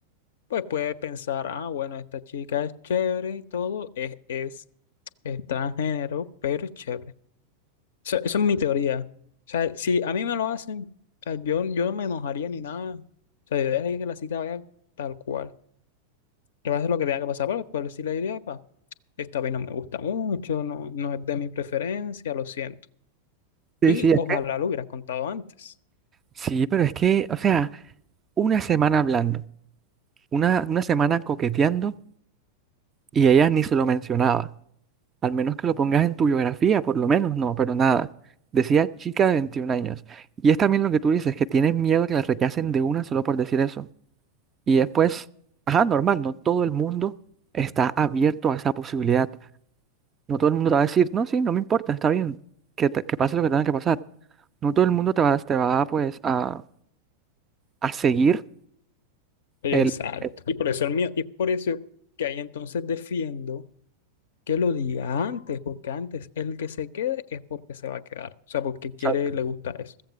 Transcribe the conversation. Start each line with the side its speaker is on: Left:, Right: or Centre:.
Left: pues puede pensar, ah, bueno, esta chica es chévere y todo, es, es transgénero, pero es chévere. Eso, eso es mi teoría. O sea, si a mí me lo hacen, o sea, yo, yo no me enojaría ni nada. O sea, yo dejaría que la cita vaya tal cual. Que pase lo que tenga que pasar, pero después sí le diría, pa, esto a mí no me gusta mucho, no, no es de mi preferencia, lo siento.
Right: Sí,
Left: Y
Right: sí, es
Left: ojalá
Right: que,
Left: lo hubieras contado antes.
Right: sí, pero es que, o sea, una semana hablando, una, una semana coqueteando y ella ni se lo mencionaba. Al menos que lo pongas en tu biografía, por lo menos, no, pero nada. Decía chica de 21 años. Y es también lo que tú dices, que tienes miedo a que la rechacen de una solo por decir eso. Y después, ajá, normal, no todo el mundo está abierto a esa posibilidad. No todo el mundo te va a decir, no, sí, no me importa, está bien, que, te- que pase lo que tenga que pasar. No todo el mundo te va, te va pues, a, a seguir
Left: Exacto.
Right: el, el-
Left: Y por eso el mío, y por eso que ahí entonces defiendo que lo diga antes, porque antes el que se quede es porque se va a quedar. O sea, porque quiere,
Right: Exacto.
Left: le gusta eso.